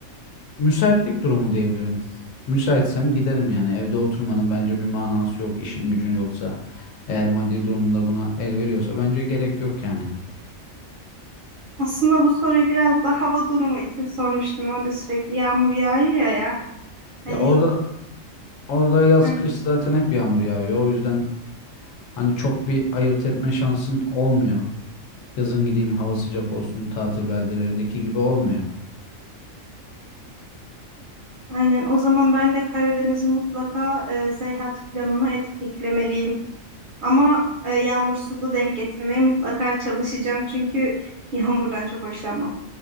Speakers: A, on the left; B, on the right.
A: Müsaitlik durumu diyebilirim. Müsaitsem giderim yani. Evde oturmanın bence bir manası yok. İşin gücün yoksa, eğer maddi durumunda buna el veriyorsa bence gerek yok yani.
B: Aslında bu soruyu biraz da hava durumu için sormuştum. Orada sürekli yağmur yağıyor ya. Hani,
A: Ya orada orada yaz
B: hani
A: kış zaten hep yağmur yağıyor. O yüzden hani çok bir ayırt etme şansın olmuyor. Yazın gideyim hava sıcak olsun tatil beldelerindeki gibi olmuyor.
B: Aynen. O zaman ben de Karadeniz'i mutlaka e, seyahat planıma et- eklemeliyim. Ama e, yağmursuzu denk getirmeye mutlaka çalışacağım çünkü yağmurdan çok hoşlanmam.